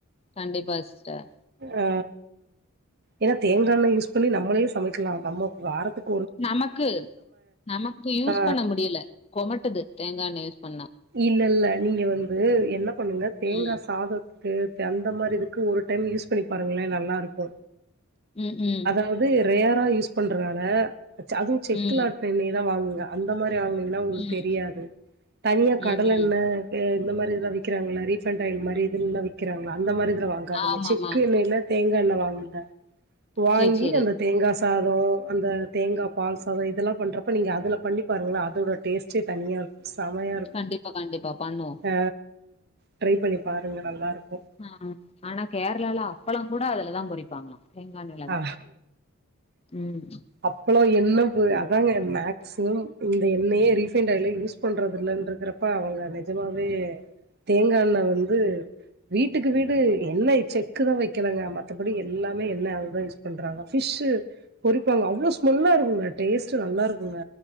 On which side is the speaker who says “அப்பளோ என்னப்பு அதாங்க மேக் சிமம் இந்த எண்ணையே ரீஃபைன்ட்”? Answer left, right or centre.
Right